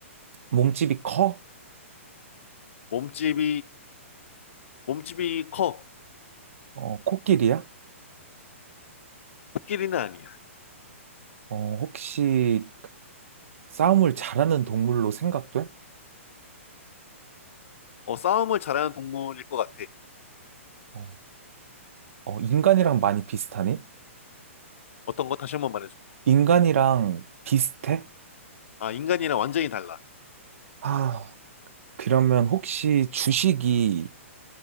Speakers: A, on the right; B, on the left.
A: 몸집이 커?
B: 몸집이, 몸집이 커.
A: 어, 코끼리야?
B: 코끼리는 아니야.
A: 어, 혹시 싸움을 잘하는 동물로 생각돼?
B: 어, 싸움을 잘하는 동물일 것 같아.
A: 어, 어, 인간이랑 많이 비슷하니?
B: 어떤 거 다시 한 번 말해줘.
A: 인간이랑 비슷해?
B: 아, 인간이랑 완전히 달라.
A: 아, 그러면 혹시 주식이